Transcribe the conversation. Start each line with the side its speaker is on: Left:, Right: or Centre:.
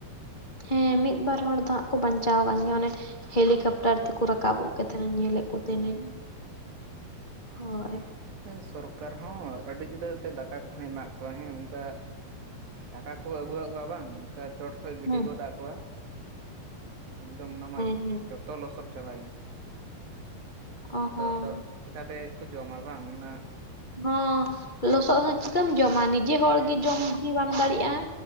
Left: ᱦᱮᱸ ᱢᱤᱫ ᱵᱟᱨ ᱦᱚᱲ ᱫᱚ ᱦᱟᱸᱜ ᱠᱚ ᱵᱟᱧᱪᱟᱣ ᱠᱟᱱ ᱜᱮᱭᱟ᱾ ᱚᱱᱮ ᱦᱮᱞᱤᱠᱮᱯᱴᱟᱨ ᱛᱮᱠᱚ ᱨᱟᱠᱟᱵᱚᱜ <unintelligible> ᱧᱮᱞᱮ ᱠᱚ ᱛᱟᱦᱮᱱᱟᱹᱧ᱾
Right: ᱦᱮᱸ
Left: ᱦᱳᱭ᱾
Right: ᱦᱟᱹ ᱥᱚᱨᱠᱟᱨ ᱦᱚᱸ ᱟᱹᱰᱤ ᱡᱩᱫᱟᱹ ᱮᱛᱮᱫ ᱫᱟᱠᱟ ᱠᱚ ᱦᱚᱸᱭ ᱮᱢᱟᱜ ᱠᱚᱣᱟ ᱦᱮᱸ ᱚᱱᱠᱟ ᱫᱟᱠᱟ ᱠᱚ ᱟᱹᱜᱩᱣᱟᱜ ᱠᱚᱣᱟ ᱵᱟᱝ ᱚᱱᱠᱟ ᱪᱚᱴ ᱠᱷᱚᱡ ᱜᱤᱰᱤ
Left: ᱦᱩᱸ
Right: ᱜᱚᱰᱟᱜ ᱠᱚᱣᱟ ᱾ ᱮᱠᱫᱚᱢ ᱚᱱᱟᱢᱟ
Left: ᱦᱮᱸ
Right: ᱡᱚ
Left: ᱦᱮᱸ
Right: ᱡᱚᱛᱚ ᱞᱚᱥᱚᱫ ᱪᱟᱵᱟᱭᱮᱱ ᱚᱱᱟ
Left: ᱚ ᱦᱚᱸ
Right: ᱫᱚ ᱟᱫᱚ ᱪᱤᱠᱟᱛᱮ ᱠᱚ ᱡᱚᱢᱟ ᱵᱟᱝ ᱚᱱᱟ
Left: ᱦᱚᱸ ᱞᱚᱥᱚᱫ ᱦᱚᱸ ᱪᱤᱠᱟᱹᱢ ᱡᱚᱢᱟ, ᱱᱤᱡᱮ ᱦᱚᱲᱜᱮ
Right: ᱦᱮᱸ
Left: ᱡᱚᱢ ᱜᱮ ᱵᱟᱢ ᱫᱟᱲᱮᱭᱟᱜᱼᱟ᱾